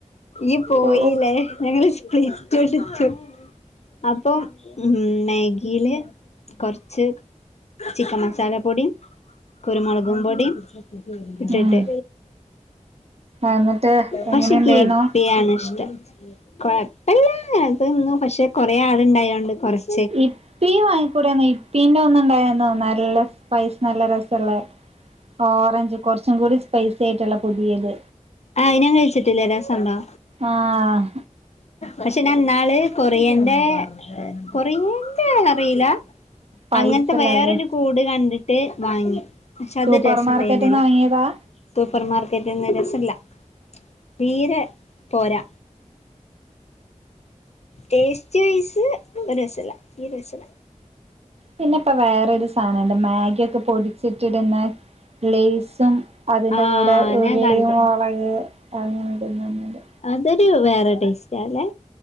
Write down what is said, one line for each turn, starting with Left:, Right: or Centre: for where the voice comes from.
Left: ഈ പോയീലേ
Right: ഓ
Left: ഞങ്ങള് സ്പ്ലിറ്റ് എടുത്തു. അപ്പോ ഉം മേഗീല് കൊർച്ച് ചിക്കൻ മസാല പൊടിം കുരുമുളങ്കുപൊടിം ഇട്ടിട്ട്.
Right: ഉം എന്നിട്ട് എങ്ങനെണ്ടായിരുന്നു
Left: പക്ഷേ എനിക്ക് ഹിപ്പിയാണ് ഇഷ്ടം. കൊഴപ്പല്ല്യന്നേ തിന്നു പക്ഷെ കൊറെയാള്ണ്ടായോണ്ട് കൊറച്
Right: ഇപ്പി വാങ്ങിക്കൂടാന്നോ ഇപ്പിന്റെ ഒന്നുണ്ടായിരുന്നോ നല്ല സ്പൈസ് നല്ല രസള്ളേ ഓറഞ്ചു കൊറച്ചുംകൂടി സ്പൈസിയായിട്ടുള്ള പുതിയത്
Left: ഐഞാൻ കഴിച്ചിട്ടില്ലാരസണ്ടോ
Right: ആഹ്
Left: പക്ഷെ ഞാൻന്നാള് കൊറിയന്റെ കൊറിയന്റെന്നറീല
Right: പൈസള്ളല്ലേ
Left: അങ്ങൻത്തെ വേറൊരു കൂട്കണ്ടിട്ട് വാങ്ങി പക്ഷെ അതൊരു
Right: സൂപ്പർ
Left: രസണ്ടയ്ന്നില
Right: മാർക്കറ്റ്ന്ന് വാങ്ങിയതാ
Left: സൂപ്പർ മാർക്കറ്റീന്ന് രസമില്ല തീരെ പോരാ ടേസ്റ്റുവേയ്സ് ഒരു രസമില്ല തീരെ രസമില്ല
Right: പിന്നെയിപ്പം വേറൊരു സാധനമുണ്ട് മാഗിയൊക്കെ പൊടിച്ചിട്ടിടുന്ന ലേയ്സും അതിൻ്റെ
Left: ആഹ്
Right: കൂടെ ഉള്ളി,
Left: ഞാൻ കണ്ട്
Right: മുളക് ഇങ്ങനെ ഇടുന്നുണ്ട്
Left: അതൊരു വേറെ ടേസ്റ്റാല്ലേ